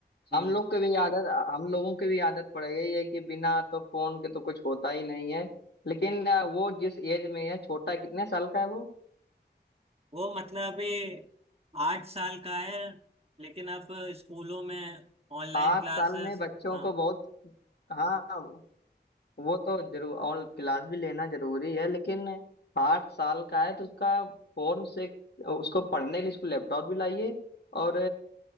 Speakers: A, on the right (about 35°); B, on the left (about 65°).
A: हम्म,
B: हम लोग की भी आदत हम लोगों की भी आदत पड़ गई है कि बिना तो फोन के तो कुछ होता ही नहीं है लेकिन अ, वो जिस एज में है छोटा कितने साल का है वो
A: वो मतलब अभी आठ साल का है लेकिन अब स्कूलों में ऑनलाइन
B: आठ
A: क्लासेस
B: साल में बच्चों
A: हाँ
B: को बहुत हाँ वो तो जरूर और क्लास भी लेना जरूरी है लेकिन आठ साल का है तो उसका फोन से उसको पढ़ने के लिए उसको लैपटॉप भी लाइए और